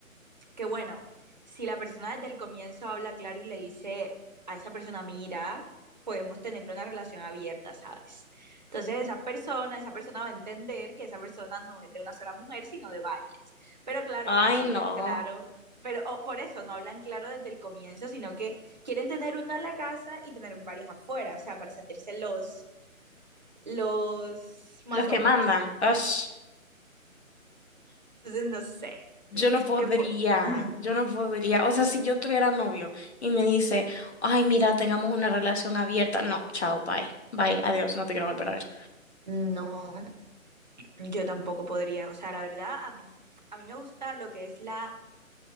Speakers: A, on the right; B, on the left.
A: que bueno, si la persona desde el comienzo habla claro y le dice a esa persona, mira, podemos tener una relación abierta, ¿sabes? Entonces esa persona, esa persona va a entender que esa persona no es de una sola mujer, sino de varias. Pero claro,
B: Ay,
A: o sea, no hablan
B: no.
A: claro, pero o por eso no hablan claro desde el comienzo, sino que quieren tener una en la casa y tener varias afuera, o sea, para sentirse los, los más
B: Los que
A: hombres.
B: mandan. Ash,
A: Entonces, no sé,
B: yo no podría,
A: ¿qué fue? Ujú.
B: yo no podría. O sea, si yo tuviera novio y me dice, ay, mira, tengamos una relación abierta. No, chao, bye. Bye, adiós, no te quiero volver a ver.
A: No, Yo tampoco podría, o sea, la verdad, a mí, a mí me gusta lo que es la,